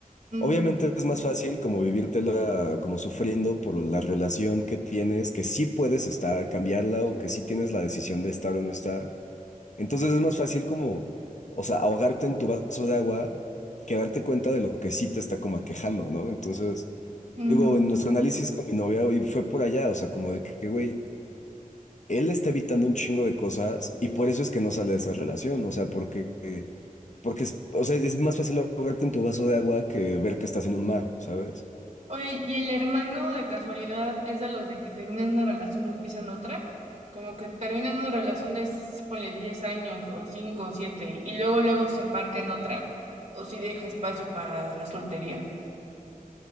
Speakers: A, on the right; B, on the left.
A: Ujú,
B: obviamente es más fácil como vivírtela, como sufriendo por la relación que tienes, que sí puedes estar, cambiarla o que sí tienes la decisión de estar o no estar. Entonces es más fácil como, o sea, ahogarte en tu vaso de agua que darte cuenta de lo que sí te está como aquejando, ¿no? Entonces,
A: ujú.
B: digo, en nuestro análisis con mi novia hoy fue por allá, o sea, como de que, güey, él está evitando un chingo de cosas y por eso es que no sale de esa relación, o sea, porque, porque es, o sea, es más fácil ahogarte en tu vaso de agua que ver que estás en un mar, ¿sabes?
A: Oye, ¿y el hermano de casualidad es de los de que terminan una relación y empiezan otra? Como que terminan una relación de, s- ponle, 10 años o 5 o 7 y luego luego se embarca en otra? ¿O si deja espacio para la soltería?